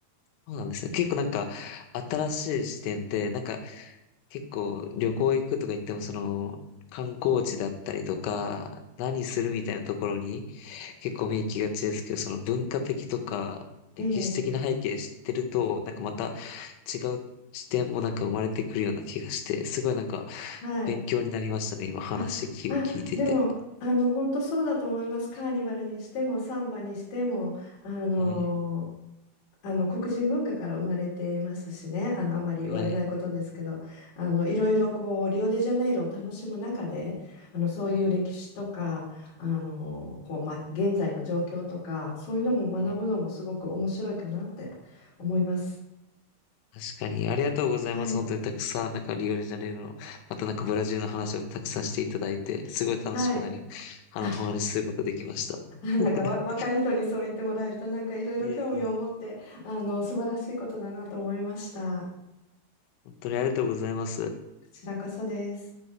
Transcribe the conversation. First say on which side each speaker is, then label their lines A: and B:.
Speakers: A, on the left; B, on the left.
A: そうなんですね。結構なんか新しい視点で、なんか結構旅行行くとか言ってもその観光地だったりとか何するみたいなところに結構目行きがちですけどその文化的とか歴史的な背景知ってるとなんかまた
B: ええ、
A: 違う視点もなんか生まれてくるような気がしてすごいなんか
B: はい。
A: 勉強になりましたね今話を聞いていて。
B: あ、あ、でも、あの、本当そうだと思います。カーニバルにしても、サンバにしても、あの
A: はい。
B: あの黒人文化から生まれてますしね、あの、あまり言われないことですけど、
A: はい。
B: あの、いろいろこう、リオデジャネイロを楽しむ中で、あの、そういう歴史とか、あのこう、ま、現在の状況とか、そういうのも学ぶのもすごく面白いかなって思います。
A: はい確かに、ありがとうございます。
B: はい。
A: 本当にたくさん、なんかリオデジャネイロの、またなんかブラジルの話をたくさんしていただいて、すごい楽しくなり、
B: はい。
A: あの、
B: あ
A: お話しすることできました。
B: <laughs> あなんかわ若い人にそう言ってもらえるとなんかいろいろ興味を持ってあの素晴らしいことだなと思いました。
A: <laughs> いえいえいえ、本当にありがとうございます。
B: こちらこそです。